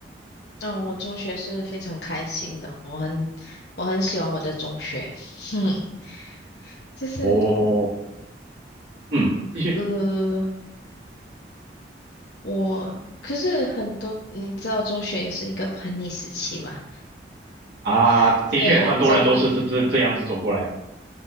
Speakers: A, on the left; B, on the right.
A: 嗯，我中学是非常开心的，我很我很喜欢我的中学，<laughs> 哼，就是
B: 哦，嗯，继续
A: 呃，我可是很多你知道中学也是一个叛逆时期嘛，
B: 啊，
A: <laughs> 所以做了
B: 的确很多人都是这这这样子走过来，